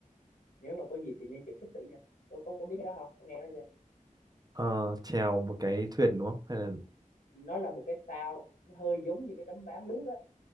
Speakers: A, on the left; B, on the right.
A: nếu mà có dịp thì nên chèo súp thử nha có có có biết cái đó không có nghe đó chưa
B: Ờ, chèo một cái thuyền đúng không hay là
A: nó là một cái phao nó hơi giống như cái tấm ván lướt á